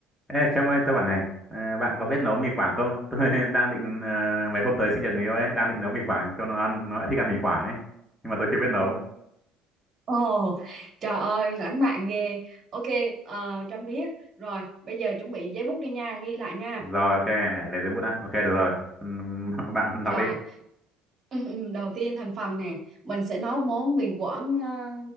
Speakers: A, in the centre; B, on the right.
A: Ê, Trâm ơi, tôi bảo này, à, bạn có biết nấu mì Quảng không? <laughs> Tôi đang định, à, mấy hôm tới sinh nhật người yêu ấy, đang định nấu mì Quảng cho nó ăn, nó lại thích ăn mì Quảng ấy. Nhưng mà tôi chưa biết nấu.
B: Ồ, trời ơi, lãng mạn ghê. Ok, ờ, Trâm biết. Rồi, bây giờ chuẩn bị giấy bút đi nha, ghi lại nha.
A: Rồi, ok, này, lấy giấy bút đã. Ok, được rồi. Ừm, <laughs> bạn
B: Rồi,
A: đọc đi.
B: <clears throat> ừ, ừ, đầu tiên thành phần nè, mình sẽ nấu món mì Quảng ờ,